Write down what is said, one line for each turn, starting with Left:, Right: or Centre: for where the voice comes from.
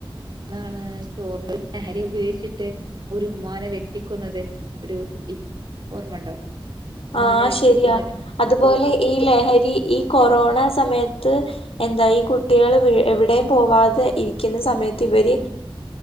Right: ന്താണ് ചോർമ്മ ലഹരി ഉപയോഗിച്ചിട്ട് ഒരു ഉമ്മാന വെട്ടിക്കൊന്നത് ഒരു കുട്ടി ഓർമ്മണ്ടോ ഉമ്മാനെ
Left: ആഹ്
Right: വെട്ടിക്കൊന്നിട്ട്
Left: ശരിയാ അതുപോലെ ഈ ലഹരി ഈ കൊറോണ സമയത്ത് എന്താ ഈ കുട്ടിള് എവിടെയും പോവാതെ ഇരിക്കുന്ന സമയത്ത് ഇവര്